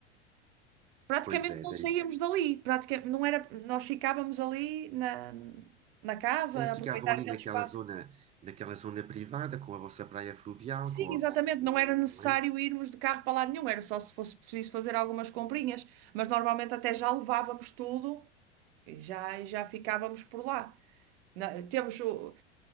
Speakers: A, on the right; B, on the right.
A: Praticamente
B: pois é,
A: não
B: daí,
A: saíamos dali. Praticamente, não era... Nós ficávamos ali na, na casa,
B: daí
A: a
B: ficavam
A: aproveitar
B: ali
A: aquele
B: naquela
A: espaço.
B: zona, naquela zona privada, com a vossa praia fluvial,
A: Sim,
B: com
A: exatamente.
B: a, o-
A: Não era necessário
B: não é?
A: irmos de carro para lado nenhum. Era só se fosse preciso fazer algumas comprinhas. Mas normalmente até já levávamos tudo e já, e já ficávamos por lá. Na- temos o-